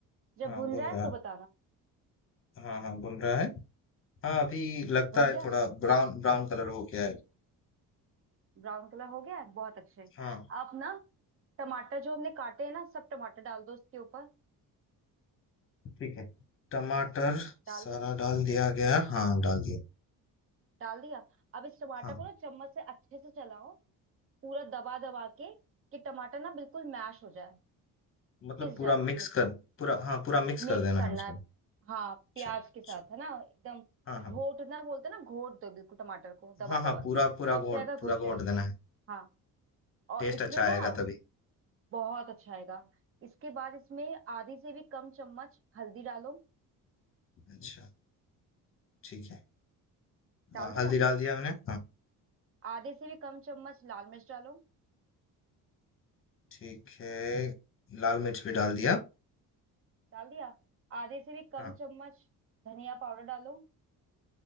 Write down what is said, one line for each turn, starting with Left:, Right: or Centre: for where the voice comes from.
Right: जब
Left: हाँ,
Right: भून
Left: भून
Right: जाए
Left: रहा
Right: तो
Left: है।
Right: बताना
Left: हाँ, हाँ, भून रहा है। हाँ, अभी लगता
Right: भून
Left: है
Right: गया
Left: थोड़ा ब्राउन ब्राउन कलर हो गया है।
Right: ब्राउन कलर हो गया है बहुत अच्छे
Left: हाँ,
Right: अब ना टमाटर जो हमने काटे हैं ना सब टमाटर डाल दो इसके ऊपर
Left: ठीक है। टमाटर
Right: डाल
Left: सारा
Right: दिया
Left: डाल दिया गया। हाँ, डाल दिया।
Right: डाल दिया अब इस टमाटर
Left: हाँ,
Right: को ना चम्मच से अच्छे से चलाओ पूरा दबा दबा के कि टमाटर ना बिल्कुल मैश हो जाए
Left: मतलब
Right: पिस
Left: पूरा
Right: जाए
Left: मिक्स
Right: बिल्कुल इसमें
Left: कर पूरा हाँ, पूरा मिक्स
Right: मिक्स
Left: कर देना
Right: करना
Left: है उसको।
Right: है हाँ
Left: अच्छा,
Right: प्याज
Left: अच्छा।
Right: के साथ है ना एकदम
Left: हाँ, हाँ।
Right: घोटना बोलते हैं ना घोट दो बिल्कुल टमाटर को दबा
Left: हाँ,
Right: दबा
Left: हाँ, पूरा
Right: के
Left: पूरा
Right: पक
Left: घोट
Right: जाएगा घुट
Left: पूरा घोट
Right: जाएगा
Left: देना है।
Right: हाँ और
Left: टेस्ट
Right: इसमें
Left: अच्छा
Right: ना
Left: आएगा
Right: अब
Left: तभी।
Right: बहुत अच्छा आएगा इसके बाद इसमें आधी से भी कम चम्मच हल्दी डालो
Left: अच्छा, ठीक है।
Right: डाल
Left: हाँ,
Right: दिया
Left: हल्दी डाल दिया मैंने। हाँ,
Right: आधे से भी कम चम्मच लाल मिर्च डालो
Left: ठीक है। लाल मिर्च भी डाल दिया।
Right: डाल दिया आधे से भी कम
Left: हाँ
Right: चम्मच धनिया पाउडर डालो